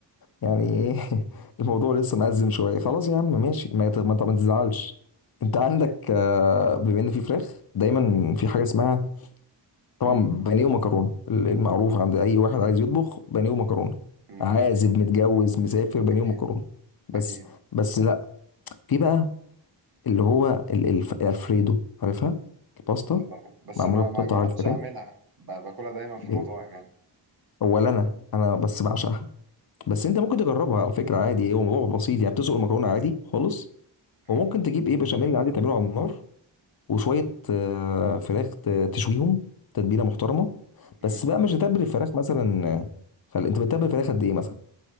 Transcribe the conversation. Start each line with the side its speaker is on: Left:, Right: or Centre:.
Left: يعني ايه <laughs> الموضوع لسه مأزم شويه خلاص يا عم ماشي ما يت- ما انت ما تزعلش انت عندك آه، بما ان في فراخ دايما في حاجه اسمها طبعا
Right: م-
Left: بانيه ومكرونه ال- المعروف عند اي واحد عايز يطبخ بانيه ومكرونه
Right: م-
Left: عازب متجوز مسافر بانيه
Right: اكيد
Left: ومكرونه بس
Right: اكيد
Left: بس لا في بقى اللي هو ال- الف- الفريدو عارفها الباستا
Right: اه طبعا بس
Left: معموله
Right: ما
Left: بقطع
Right: ما جربتش
Left: الفراخ
Right: اعملها ب- باكلها دايما في المطاعم
Left: إيه،
Right: يعني
Left: اولا انا انا بس بعشقها بس انت ممكن تجربها على فكره عادي هو موضوع بسيط يعني بتسلق المكرونه عادي خالص
Right: مم.
Left: وممكن تجيب ايه بشاميل عادي تعمله على النار وشويه آه، فراخ ت- تشويهم تتبيله محترمه
Right: مم.
Left: بس بقى مش هتتبل الفراخ مثلا آه، خل... انت بتتبل الفراخ قد ايه مثلا